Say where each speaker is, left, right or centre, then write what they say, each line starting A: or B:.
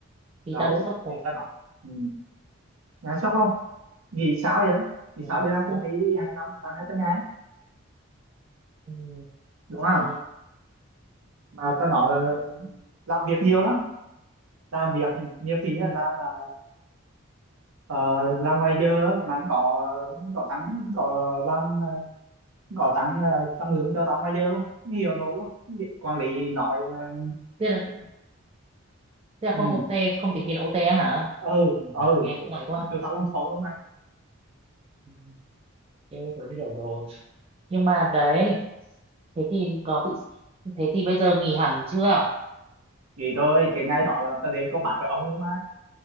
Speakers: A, on the right (about 25°); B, on the right (about 75°).
A: thì
B: đó
A: tao bị sốc cổ.
B: để cho nó ừ. nghe sốc không nghĩ
A: Ừ.
B: sao vậy nghĩ
A: Ừ.
B: sao đi làm công
A: Sốc.
B: ty 2 năm tăng hai trăm ngàn
A: Ừ.
B: đúng
A: Ok.
B: không mà tao
A: Ừ.
B: nói là
A: Đúng.
B: làm việc nhiều lắm làm việc nhiều khi
A: Ừ.
B: á, làm ờ, ờ, làm ngoài giờ á, mà cũng có cũng có tăng cũng có làm ờ, cũng có tăng ờ, tăng lương cho tao ngoài giờ luôn không hiểu nổi luôn quản lý nói mà
A: Thế là, thế là
B: ừ
A: không OT không tính tiền OT á hả?
B: ừ
A: Ừ.
B: ừ
A: Nghe cũng mày quá.
B: tụi tao làm khổ luôn mà.
A: ha. Em tớ hiểu rồi. Nhưng mà đấy, thế thì có bị thế thì bây giờ nghỉ hẳn chưa?
B: Vậy thôi cái ngay đó là tao đến combat với ông luôn mà